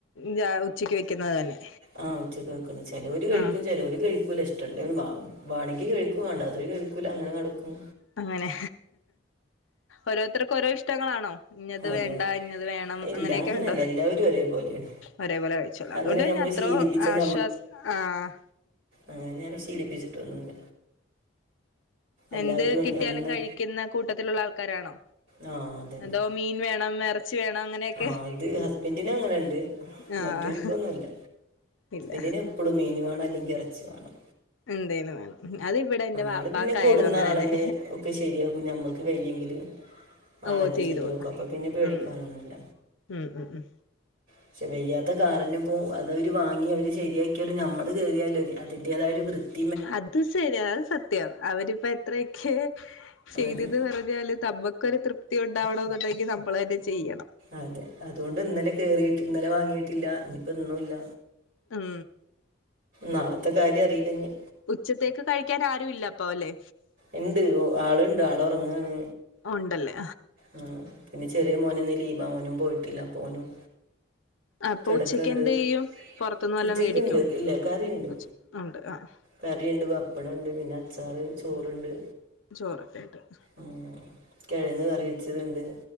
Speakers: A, on the left; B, on the right.
A: ചാ ഉച്ചക്ക് വെക്കുന്നത് തന്നെ
B: ആ ഉച്ചക്ക് വെക്കുന്നെ ചേലെര് കഴിക്കും
A: ആ
B: ചേലെര് കഴിക്കൂല ഇഷ് ടം വാ വാണെങ്കിൽ കഴിക്കും വാണ്ടാത്തൊരു കഴിക്കൂല അങ്ങനെ കെടക്കും
A: അങ്ങനെ ഓരോരുത്തർക്കും ഓരോ ഇഷ്ടങ്ങളാണോ ഇന്നത്
B: അതെ
A: വേണ്ട ഇന്നത് വേണം
B: ഇല്ല
A: അങ്ങനെയൊക്കെയുണ്ടോ
B: അങ്ങനെയല്ല എല്ലാവരും ഒരേപോലെയാണ്
A: ഒരേപോലെ കഴിക്കും ചോള്ളു അതുകൊണ്ട്പിന്നെ
B: അങ്ങനെ നമ്മൾ
A: അത്രോം
B: ശീലിപ്പിച്ചാൽ
A: ആശ്വാസം ആഹ്
B: അ ഞാന് ശീലിപ്പിച്ചിട്ടൊന്നുല്ല എല്ലാവരും
A: എന്ത് കിട്ടിയാലും
B: ഒന്ന്
A: കഴിക്കുന്ന കൂട്ടത്തിലുള്ള ആൾക്കാരാണോ
B: ആ അതന്നെ
A: അതോ മീൻ വേണം ഇറച്ചി വേണം അങ്ങനെയൊക്കെ
B: ആ അത് ഹസ്ബൻറിന് അങ്ങനെണ്ട്
A: ആഹ്
B: മറ്റൊരിക്കൊന്നുല്ല
A: ഇല്ല
B: ഇതിനെപ്പോഴും മീന് വണം അല്ലെങ്കി ഇറച്ചി വണം
A: എന്തേലും വേണം അത് ഇവിടെ എന്റെ പാപ്പാക്കായയാലും
B: ആള് പിന്നെ കൊടുന്ന
A: അങ്ങനെ
B: ആളന്നെ
A: ന്നെ
B: ഒക്കെ ശെരിയാക്കും ഞമ്മൾക്ക് വയ്യെങ്കില്
A: ഓ
B: ആളന്നെ
A: ചെയ്തോളും
B: ശരിയാക്കും അപ്പൊ പിന്നെ പേടിക്കാനൊന്നുല്ല
A: ഉം ഉം ഉം ഉം
B: പക്ഷെ വയ്യാത്ത കാരന്പ്പോ അത അവര് വാങ്ങി അവര് ശരിയാക്കിയാലും നമ്മള് കയറിയാലോ അതിന്റേതായ ഒരു വൃത്തി
A: അത് ശരി അത് സത്യം അവരിപ്പ എത്രയൊക്കെ ചെയ്തത്
B: അതെ
A: പറഞ്ഞ താലും നമ്മൊക്കൊരു തൃപ്തി ഉണ്ടാവണ എന്നുണ്ടെങ്കിൽ നമ്മള് തന്നെ ചെയ്യണം
B: അതെ അതുകൊണ്ട് ഇന്നലെ കേറിട്ട് ഇന്നലെ വാങ്ങിയിട്ടില്ല ഇഞ്ഞിപ്പോ ഇന്നുല്ല
A: ഉം
B: നാളത്തെ കാര്യം അറിയില്ല ഞ്ഞി
A: ഉച്ചത്തേക്ക് കഴിക്കാൻ ആരും ഇല്ല അപ്പല്ലെ
B: ഇണ്ട് ആളുണ്ട് ആൾ ഉറങ്ങാണ്
A: ഉണ്ടല്ലേ
B: ആ പിന്നെ ചെറിയ മോനിന്ന് ലീവാ ഓനും പോയിട്ടില്ല അപ്പൊ ഓനും
A: അപ്പൊ
B: കേടക്ക്ണ്ട്
A: ഉച്ചക്ക് എന്ത്
B: ഉച്ചക്ക് എന്ദ് ചെയ്യും
A: പുറത്തുന്ന് വല്ലോം
B: ഉച്ചക്കുണ്ട്
A: മേടിക്കോ
B: ഇല്ല കറിണ്ട്
A: ഉച്ച ഉണ്ട് ആഹ്
B: കറിയുണ്ട് പപ്പട ഇണ്ട് പിന്നെ അച്ചാറ് ചോറണ്ട്
A: ചോറൊക്കെ ഉണ്ട്
B: ഉം കിഴങ്ങ് കറിവെച്ചതുണ്ട്